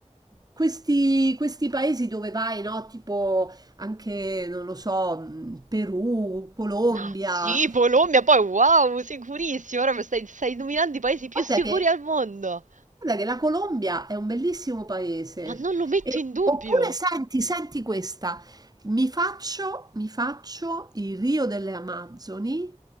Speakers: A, on the right; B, on the right.
A: questi, questi paesi dove vai, no? Tipo anche, non lo so, mh, Perù, Colombia,
B: Ma sì, Polombia, poi wow, sicurissimo. Ora stai, stai nominando i paesi più
A: guarda
B: sicuri
A: che
B: al mondo.
A: Guarda che la Colombia è un bellissimo paese.
B: Ma non lo metto
A: E-
B: in dubbio.
A: oppure senti, senti questa, mi faccio, mi faccio il Rio delle Amazzoni